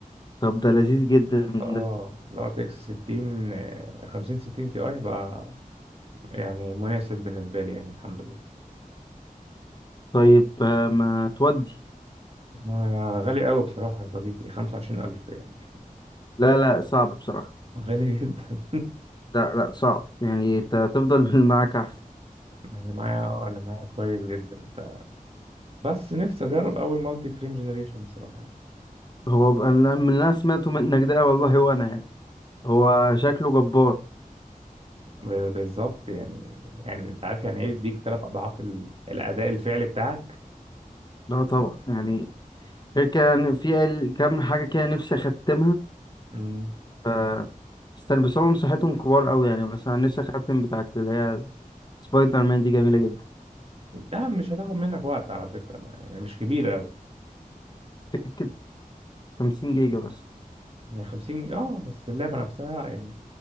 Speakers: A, on the left (about 30°); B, on the right (about 40°).
A: طب ده لذيذ جدا
B: اه
A: ده
B: ال RTX 60 آه، 50 60 تي اي هيبقى يعني مناسب بالنسبة لي يعني الحمد لله
A: طيب آه ما تودي
B: ما غالي قوي بصراحة يا صديقي 25000 يعني
A: لا لا صعب بصراحه
B: <laughs> غالي جدا
A: لا لا صعب يعني انت تفضل بالمعاك <laughs> احسن
B: اللي معايا آه، اللي معايا كويس جدا ف- بس نفسي اجرب اول مالتي فريم جنريشن بصراحة يعني.
A: هو بقى- من اللي انا سمعته منك ده والله وانا يعني هو شكله جبار
B: ب- بالظبط يعني يعني انت عارف يعني ايه يديك ثلاث اضعاف ال- الاداء الفعلي بتاعك
A: لا طبعا يعني غير كان في ال- كام حاجة كده نفسي أختمها
B: مم.
A: ف استنى بس هم مساحتهم كبار أوي يعني مثلا نفسي أختم بتاعت اللي هي سبايدر مان دي جميلة جدا
B: لا مش هتاخد منك وقت على فكره ما يعني مش كبيره قوي
A: سكة 50 جيجا بس
B: يعني 50 اه بس اللعبه نفسها يعني